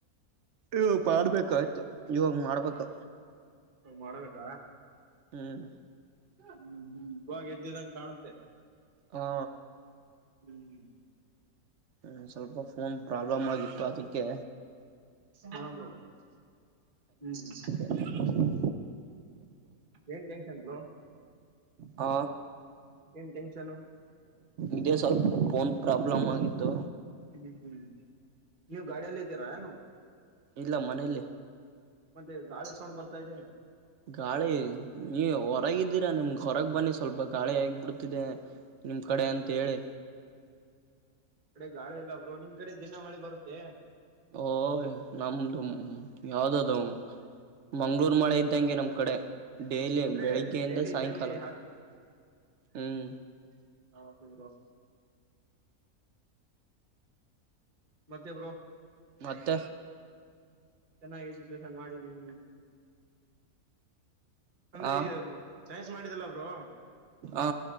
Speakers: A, on the right; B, on the right.
A: ನೀವು
B: ಹ್ಮ್
A: ಮಾಡ್ಬೇಕಾ ಅಂತ ಇವಾಗ ಮಾಡ್ಬೇಕು
B: ಮಾಡಬೇಕ
A: ಹ್ಮ್
B: ಹ್ಮ್ ಹ್ಮ್ ಇವಾಗ ಎದ್ದಿದ್ದಂಗ ಕಾಣುತ್ತೆ
A: ಹಾ
B: ಹ್ಮ್
A: ಹ್ಮ ಸ್ವಲ್ಪ ಫೋನ್ ಪ್ರಾಬ್ಲಮ್ ಆಗಿತ್ತು ಅದಕ್ಕೆ
B: ಹಾ ಬ್ರೋ ಹ್ಮ್
A: ಹ್ಮ <inaudible>
B: ಏನ್ ಟೆನ್ಷನ್ ಬ್ರೋ
A: ಹ
B: ಏನ್ ಟೆನ್ಷನ್
A: ಇದೇ ಸ್ವಲ್ಪ ಫೋನ್ ಪ್ರಾಬ್ಲಮ್ ಆಗಿತ್ತು
B: ಹ್ಮ್ ಹ್ಮ ಇನ್ನು ಗಾಡಿಯಲ್ಲಿ ಇದೀರೇನು
A: ಇಲ್ಲ ಮನೇಲಿ
B: ಮತ್ತೆ ಗಾಳಿ ಸೊಂಡ್ ಬರ್ತಾ ಇದೆ
A: ಗಾಳಿ ನೀ ಹೊರಗಿದ್ದೀರಾ ನಿಮಗೆ ಹೊರಗ್ ಬನ್ನಿ ಸ್ವಲ್ಪ ಗಾಳಿ ಹೇಗ್ ಬಿಿಡ್ತಿದೆ ನಿಮ್ ಕಡೆ ಅಂತ ಹೇಳಿ
B: ಈ ಕಡೆ ಗಾಳಿ ಎಲ್ಲಾ ಬ್ರೋ ನಿಮ್ ಕಡೆ ದಿನ ಮಳೆ ಬರುತ್ತೆ
A: ಓ ನಮ್ದು ಯಾವ್ದದು ಮಂಗ್ಳೂರು ಮಳೆ ಇದ್ದಂಗೆ ನಮ್ ಕಡೆ ಡೇಲಿ
B: ಅಂದ್ರೆ
A: ಬೆಳಿಗ್ಗೆಯಿಂದ
B: ಡೈಲಿ
A: ಸಾಯಂಕಾಲ
B: ಇದ್ದಂಗೆ
A: ಹ್ಮ್
B: ಹಾದು ಮತ್ತೆ ಬರುೋ
A: ಮದ
B: ಚೆನ್ನಾಗಿ ಎಜುಕೇಶನ್ ಮಾಡಿ ನೀವು ಅಂದ್ರೆ
A: ಆ
B: ಈ ಸೈನ್ಸ್ ಮಾಡಿದಲ್ಲ ಅವರು
A: ಹ